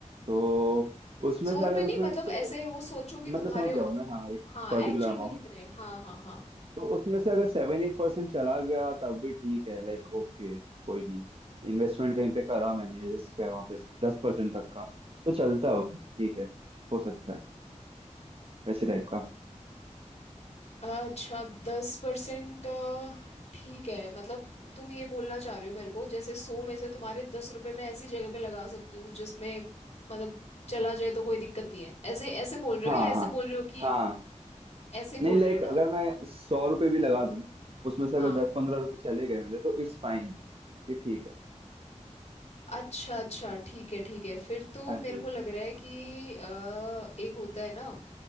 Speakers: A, on the right (about 50°); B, on the left (about 55°).
A: तो उसमें
B: सौ
A: से
B: रुपये
A: अगर उसमें
B: नहीं मतलब
A: एक से
B: ऐसे वो सोचो कि
A: मतलब
B: तुम्हारे
A: समझ गया हूँ मैं हाँ एक
B: हाँ
A: पर्टिकुलर
B: एक्चुअल
A: अमाउंट
B: में कितने हैं हाँ हाँ हाँ
A: तो उसमें से अगर सेवन एट परसेंट चला गया तब भी ठीक है लाइक ओके कोई नहीं इन्वेस्टमेंट कहीं पे करा मैंने रिस्क है वहाँ पे दस परसेंट तक का तो चलता है उतना ठीक है हो सकता है वैसे टाइप का
B: अच्छा दस परसेंट ठीक है मतलब तुम ये बोलना चाह रहे हो मेरे को जैसे सौ में से तुम्हारे दस रुपए मैं ऐसी जगह पे लगा सकती हूँ जिसमें मतलब चला जाए तो कोई दिक्कत नहीं है ऐसे ऐसे बोल रहे
A: हाँ
B: हो या ऐसे
A: हाँ
B: बोल रहे हो कि
A: हाँ
B: ऐसे ही बोल
A: नहीं लाइक
B: रहे हो ना
A: अगर मैं सौ रुपये भी लगा दूं उसमें से अगर
B: हाँ
A: दस पंद्रह रुपए चले गए मेरे तो इट्स फाइन कि ठीक है
B: अच्छा अच्छा ठीक है ठीक है फिर तो
A: हाँ
B: मेरे
A: जी
B: को लग रहा है कि अ, एक होता है ना